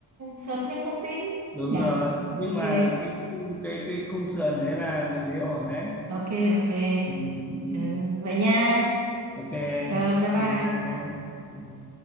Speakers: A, on the right; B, in the centre.
A: search thêm thông tin
B: đúng
A: nhỉ
B: rồi nhưng
A: ok
B: mà cái khung cái cái khung sườn thế là mình thấy ổn đấy
A: ok ok
B: ừ, ừ. ừ.
A: ừ, vậy nha
B: ok
A: ừ, bye bye
B: Bye bye. Ừ.